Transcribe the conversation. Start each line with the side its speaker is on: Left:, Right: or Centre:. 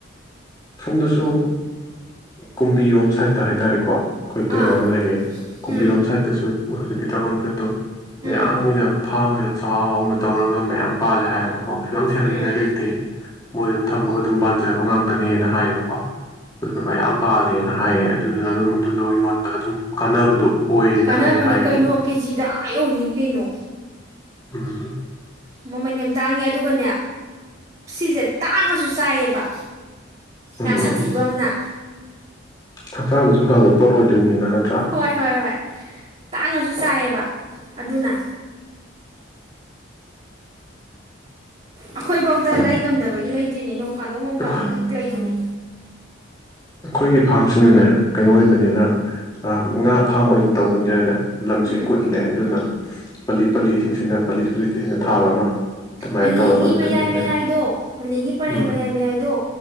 Left: ꯁꯣꯝꯗꯁꯨ ꯀꯨꯝꯕꯤꯔꯣꯝ ꯁꯥꯏꯠꯇ ꯍꯥꯏꯇꯥꯔꯦꯀꯣ ꯑꯩꯈꯣꯏ ꯑꯇꯩꯃ
Right: ꯑꯥ
Left: ꯑꯃ ꯂꯩꯌꯦ ꯀꯨꯝꯕꯤꯔꯣꯝ
Right: ꯎꯝ
Left: ꯁꯥꯏꯠꯇꯁꯨ <unintelligible>
Right: ꯎꯝ
Left: ꯃꯌꯥꯝ ꯑꯣꯏꯅ ꯐꯥꯝ ꯑꯣꯏꯅ ꯆꯥꯎꯅ ꯇꯧꯔꯒ ꯑꯗꯨ ꯃꯌꯥꯝ ꯄꯥꯜꯂꯦ ꯍꯥꯏꯕꯣ ꯑꯣ ꯀꯩꯁꯨ ꯌꯥꯝ ꯁꯦꯟꯅꯅꯤꯡꯉꯥꯏ
Right: ꯎꯝ
Left: ꯂꯩꯇꯦ ꯃꯣꯏ ꯑꯗꯨꯝ ꯊꯝꯃꯒ ꯑꯗꯨꯝ ꯄꯥꯟꯖꯕ ꯉꯥꯛꯇꯅꯦꯅ ꯍꯥꯏꯌꯦꯕꯀꯣ ꯑꯗꯨꯅ ꯃꯌꯥꯝ ꯄꯥꯂꯦꯅ ꯍꯥꯏꯌꯦ ꯑꯗꯨꯗꯨꯅ ꯑꯗꯨꯝ ꯑꯗꯨꯗꯣ ꯌꯣꯟꯕꯒ ꯑꯗꯨꯝ ꯀꯥꯟꯅꯕꯗꯣ ꯑꯣꯏꯌꯦꯅ
Right: ꯀꯥꯟꯅꯕꯅꯦ
Left: ꯍꯥꯏꯗꯤ ꯍꯥꯏꯌꯦꯕꯀꯣ
Right: ꯀꯩꯅꯣ ꯀꯦꯖꯤꯗ ꯑꯥ ꯌꯧꯔꯤꯅꯤ ꯀꯩꯅꯣ
Left: ꯎꯝ
Right: ꯃꯃꯜ ꯌꯥꯝ ꯇꯥꯡꯉꯦ ꯑꯗꯨꯒꯅꯦ ꯁꯤꯁꯦ ꯇꯥꯡꯉꯁꯨ ꯆꯥꯏꯌꯦꯕ
Left: ꯎꯝ
Right: ꯌꯥꯝ ꯁꯥꯊꯤꯕ ꯑꯃꯅ
Left: ꯍꯛꯆꯥꯡꯗꯁꯨ ꯐꯕ ꯄꯣꯠ ꯑꯣꯏꯗꯣꯏꯅꯤꯅ ꯅꯠꯇ꯭ꯔꯥ
Right: ꯍꯣꯏ ꯍꯣꯏ ꯍꯣꯏ ꯇꯥꯡꯉꯁꯨ ꯆꯥꯏꯌꯦꯕ ꯑꯗꯨꯅ ꯑꯩꯈꯣꯏ ꯐꯧꯗ ꯂꯩ ꯉꯝꯗꯕꯒꯤ ꯏ ꯂꯩꯗ꯭ꯔꯤꯅꯦ ꯅꯣꯡ ꯐꯥꯗꯣꯛ ꯅꯣꯡ ꯐꯥꯗꯣꯛ
Left: ꯈꯣꯏ
Right: ꯈꯛ ꯂꯩꯕꯅꯤ
Left: ꯎ ꯑꯩꯈꯣꯏꯒꯤ ꯐꯥꯝꯁꯤꯅꯅꯦ ꯀꯩꯅꯣ ꯑꯣꯏꯕꯅꯤꯅ ꯉꯥ ꯐꯥꯝ ꯑꯣꯏꯅ ꯇꯧꯕꯅꯤꯅꯅꯦ ꯂꯝꯁꯦ
Right: ꯎꯝ
Left: ꯀꯨꯠꯂꯦ ꯑꯗꯨꯅ ꯄꯜꯂꯤ ꯄꯜꯂꯤꯁꯤꯡꯁꯤꯅ ꯄꯜꯂꯤ ꯄꯂꯤꯁꯤꯡꯅ ꯊꯥꯕ ꯑꯃ ꯑꯗꯨꯃꯥꯏꯅ
Right: ꯄꯜꯂꯤꯗꯒꯤ
Left: ꯇꯧꯔꯒ ꯑꯝꯇꯪ
Right: ꯃꯌꯥꯏ
Left: ꯌꯦꯡꯉꯒꯦ
Right: ꯃꯌꯥꯏꯗꯣ ꯄꯜꯂꯤꯒꯤ ꯄꯔꯦꯡ
Left: ꯎꯝ
Right: ꯃꯌꯥꯏ ꯃꯌꯥꯏꯗꯣ